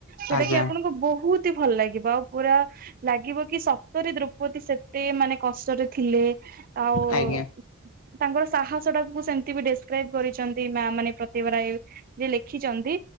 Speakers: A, on the right; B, on the left.
A: ଯୋଉଟା
B: ଆଜ୍ଞା
A: କିି ଆପଣଙ୍କୁ ବହୁତ ତି ଭଲ ଲାଗିବ। ଆଉ ପୁରା ଲାଗିବ କି ସତରେ ଦ୍ରୌପତୀ ସେତେ ମାନେ କଷ୍ଟରେ ଥିଲେ। ଆଓ-ଓ
B: ଆଜ୍ଞା ଆଜ୍ଞା
A: ତାଙ୍କର ସାହସ ଟାକୁ ସେମତି ବି ଡେସ୍କ୍ରାଇବ୍ କରିଛନ୍ତି, ମ୍ୟାମ୍ ମାନେ ପ୍ରତିଭା ରାୟ। ଯେ ଲେଖିଛନ୍ତି,